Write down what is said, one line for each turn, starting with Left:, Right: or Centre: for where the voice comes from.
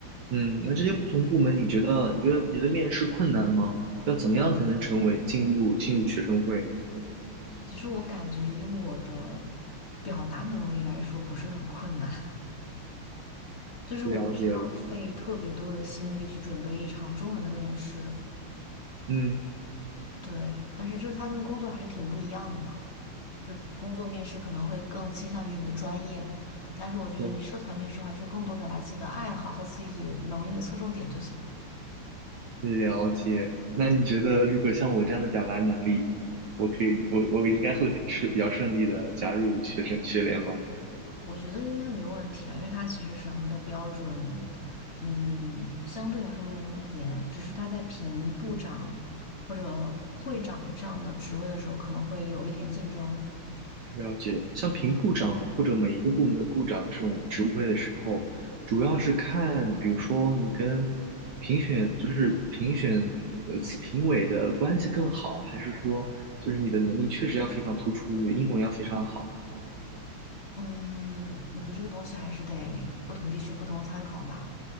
Right: 嗯，那这些不同部门，你觉得你觉得你的面试困难吗？要怎么样才能成为进入进入学生会？
Left: 其实我感觉以我的表达能力来说，不是很困难。就是我不需要费特别多的心力去准备一场中文的面试，
Right: 了解了，嗯，
Left: 对，但是就是它跟工作还是挺不一样的嘛，就工作面试可能会更倾向于你的专业，但是我觉得你社团面试的话，
Right: 对，
Left: 就更多表达自己的爱好和自己能力的侧重点就行了，
Right: 了解。那你觉得，如果像我这样的表达能力，我可以，我我应该会是比较顺利的加入学生学联吗？
Left: 我觉得应该没问题啊，因为它其实审核的标准，嗯，相对来说没有那么严，只是它在评部长或者会长这样的职位的时候，可能会有一点竞争。
Right: 了解。像评部长或者每一个部门的部长这种职位的时候，主要是看，比如说你跟评选，就是评选呃评委的关系更好，还是说就是你的能力确实要非常突出，你的英文要非常好。
Left: 嗯，我觉得这个东西还是得不同地区不同参考吧。